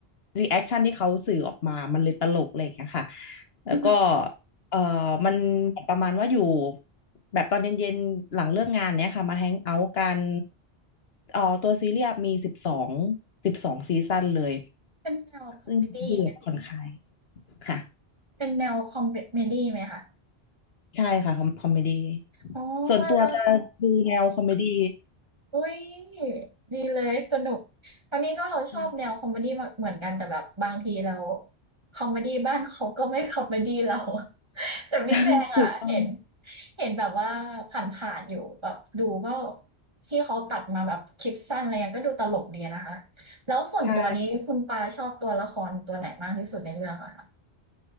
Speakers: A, on the left (about 70°); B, on the right (about 25°).
A: รีแอคชั่นที่เขาสื่อออกมามันเลยตลกอะไรอย่างเงี้ยค่ะแล้วก็
B: <laughs>
A: เอ่อมันประมาณว่าอยู่แบบตอนเย็นๆหลังเลิกงานเนี้ยค่ะมาแฮงเอาท์กันเอ่อตัวซีรีส์มีสิบสองสิบสองซีซั่นเลย
B: เป็นแนวคอมเมดี้ไหม
A: ซึ่งดูแบบผ่อนคลายค่ะ
B: เป็นแนวคอมเมดี้ไหมคะ
A: ใช่ค่ะคอมคอมเมดี้
B: อ๋อว่าแล้ว
A: ส่วนตัวจะดูแนวคอมเมดี้
B: <laughs> อุ้ยดีเลยสนุกทางนี้ก็ชอบแนวคอมเมดี้เหมือนกันแต่แบบบางทีเรา
A: นะ
B: คอมเมดี้บ้านเขาก็ไม่คอมเมดี้เรา <laughs> แต่ Big
A: <laughs>
B: Bang
A: ถูกต้อง
B: อ่ะเห็นเห็นแบบว่าผ่านๆอยู่แบบดูก็ที่เขาตัดมาแบบคลิปสั้นอะไรเงี้ยก็ดูตลกดีนะคะแล้วส่วนตัวนี้คุณปาชอบตัวละครตัวไหนมากที่สุดในเรื่องอะคะ
A: ใช่